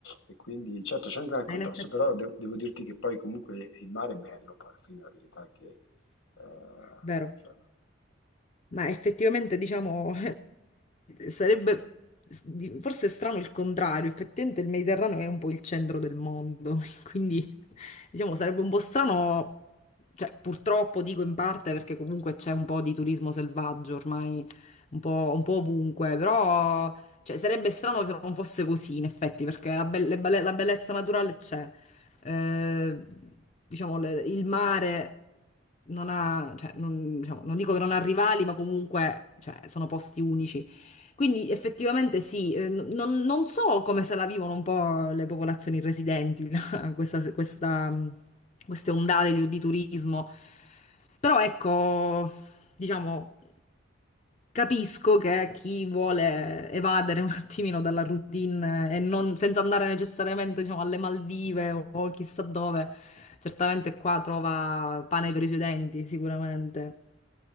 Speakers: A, on the left; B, on the left.
A: E quindi certo c'è un gran contrasto,
B: <laughs>
A: però de- devo dirti che poi comunque il mare è bello, poi alla fine la verità è che eh,
B: vero?
A: cioè,
B: Ma effettivamente, diciamo, <laughs> sarebbe forse è strano il contrario. Effettivamente il Mediterraneo è un po' il centro del mondo, <laughs> quindi diciamo sarebbe un po' strano, cioè purtroppo dico in parte perché comunque c'è un po' di turismo selvaggio ormai un po', un po' ovunque, però cioè, sarebbe strano che non fosse così in effetti, perché la, be- le belle- la bellezza naturale c'è eh, diciamo, le- il mare non ha, cioè, non, diciamo, non dico che non ha rivali, ma comunque, cioè, sono posti unici. Quindi effettivamente sì, eh, n- non, non so come se la vivono un po' le popolazioni residenti, <laughs> là, questa- questa- queste ondate di, di turismo, però ecco, diciamo, capisco che chi vuole evadere un attimino dalla routine e non, senza andare necessariamente, diciamo, alle Maldive o o chissà dove, certamente qua trova pane per i suoi denti, sicuramente.